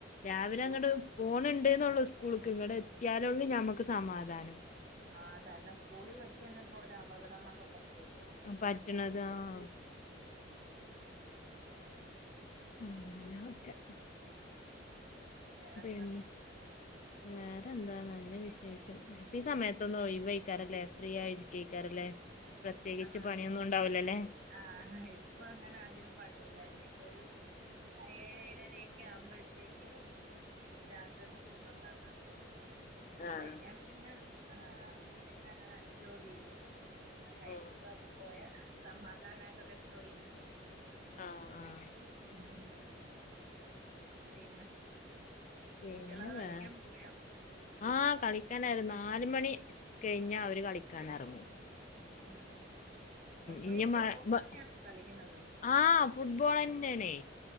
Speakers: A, on the left; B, on the right.
A: രാവിലെ
B: സ്കൂ
A: അങ്ങട് പോണുണ്ട് എന്നള്ളു സ്കൂള്ക്ക് ഇങ്ങട് എത്തിയാലേ ഉള്ളൂ ഞമ്മക്ക് സമാധാനം
B: ആഹ് തന്നെ സ്കൂളിൽ വച്ച് തന്നെ ഇപ്പോ ഒരോ അപകടങ്ങളൊക്കെ പറ്റില്ലേ
A: പട്ടണത് ആഹ് അങ്ങനെ
B: പിന്ന
A: ഓക്കെ
B: വേറെന്താ
A: <unintelligible> വേറെ എന്താ നല്ല വിശേഷം ഇപ്പ ഈ സമയത്തൊന്നോഴിവെയ്ക്കാറില്ലേ ഫ്രീ ആയിരിക്കെയ്ക്കാറില്ലേ. പ്രത്യേകിച്ച്
B: ആഹ്
A: പണിയൊന്നും ഉണ്ടാവൂലലേ.
B: ആഹ് ഇപ്പൊ അങ്ങനെ അധികം പണിയില്ല ഇനിയിപ്പൊരു ആ ഏഴ് ഏഴരക്കാ വുമ്പോഴ്ത്തേക്ക് രാത്രിയെക്കെ ഫുഡ്ണ്ടാക്കാൻ അത്
A: ആഹ്
B: കഴിഞ്ഞാ പിന്നെ ആഹ് പിന്നങ്ങനെ ജോലിയില്ല കഴിച്ചങ്ങ്
A: ഉം
B: പോയാ സമാധാനായിട്ട് ഒരെടുത്ത് പോയിരിക്കാം
A: ആഹ് ആഹ്
B: അതെ പിന്നെ
A: പിന്നെ
B: കുട്ട്യോളെക്കെ
A: വേ
B: കളിക്കാൻ പോയ.
A: ആഹ് കളിക്കാനായിരുന്ന നാല് മണി കഴിഞ്ഞാ അവര് കളിക്കാനെ റങ്ങും.
B: ഉം ഉം എപ്പഴും
A: ഇനി
B: ഈ ഫുട്ബോളെന്നയാണോ
A: മ മ
B: കളിക്കുന്നത്.
A: ആഹ് ഫുട്ബോളെന്നെണേ